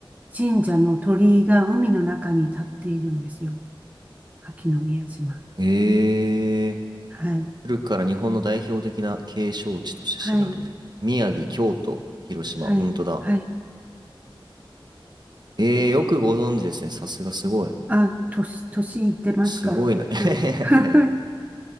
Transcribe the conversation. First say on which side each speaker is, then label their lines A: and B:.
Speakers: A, on the right; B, on the right.
A: 神社の鳥居が海の中に立っているんですよ。秋の宮島。
B: ええ
A: はい。
B: 古くから日本の代表的な景勝地として知られる。
A: はい。
B: 宮城、京都、広島、
A: はい。
B: 本当だ。
A: はい。
B: ええよくご存知ですね。さすがすごい。
A: あ、年、年いってますから。
B: すごいな。<laughs>
A: はい。<laughs>
B: いやいや、